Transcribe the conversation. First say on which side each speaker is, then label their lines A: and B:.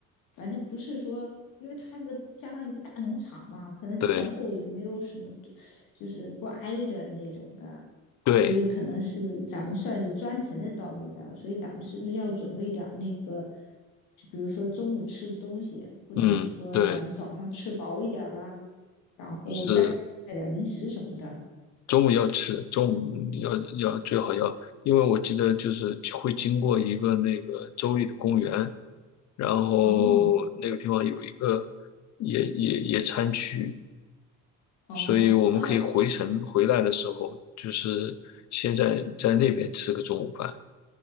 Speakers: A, on the left (about 80°); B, on the left (about 60°).
A: 反正不是说，因为它这个相当于一个大农场嘛，可能前后也没有什么，
B: 对
A: 就是不挨着那种的，
B: 对，
A: 所以可能是咱们算是专程的到那边所以咱们是不是要准备点那个，就比如说中午吃的东西，或者是说咱们早上吃饱一点了，
B: 嗯对。
A: 然后带带点零食什么的。
B: 是，中午要吃，中午要要最好要，因为我记得就是会经过一个那个州立的公园，然后那个地方有一个
A: 哦
B: 野野野餐区，
A: 哦哦
B: 所以我们可以回程回来的时候，就是先在在那边吃个中午饭。